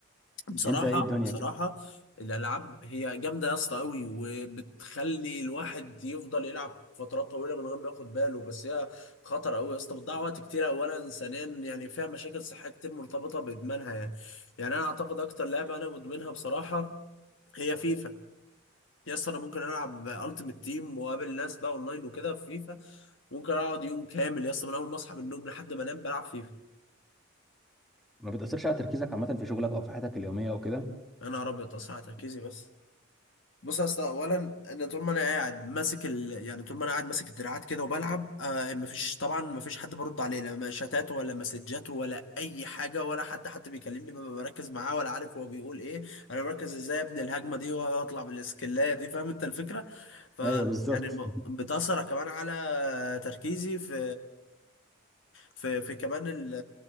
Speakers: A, on the left; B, in the centre.
A: بصراحة
B: انت ايه الدنيا
A: بصراحة
B: كده
A: الألعاب هي جامدة يا اسطى أوي وبتخلي الواحد يفضل يلعب فترات طويلة من غير ما ياخد باله بس هي خطر أوي يا اسطى بتضيع وقت كتير أولا ثانيا يعني فيها مشاكل صحية كتير مرتبطة بإدمانها يعني يعني أنا أعتقد أكتر لعبة أنا مدمنها بصراحة هي فيفا يا اسطى أنا ممكن ألعب ألتيمت تيم وأقابل ناس بقى أونلاين وكده في فيفا ممكن أقعد يوم كامل يا اسطى من أول ما أصحى من النوم لحد ما أنام بلعب فيفا
B: ما بتاثرش على تركيزك عامه في شغلك او في حياتك اليوميه او كده
A: أنا أبيض أصحى على تركيزي بس بص يا اسطى اولا ان طول ما انا قاعد ماسك ال... يعني طول ما انا قاعد ماسك الدراعات كده وبلعب آه مفيش طبعا مفيش حد برد عليه لا شتات ولا مسجات ولا اي حاجه ولا حد حتى بيكلمني ببقى مركز معاه ولا عارف هو بيقول ايه انا مركز ازاي ابني الهجمه دي واطلع بالاسكلايه دي فاهم انت الفكره ف
B: ايوه بالظبط
A: يعني الم- بتاثر كمان على تركيزي في في في كمان ال-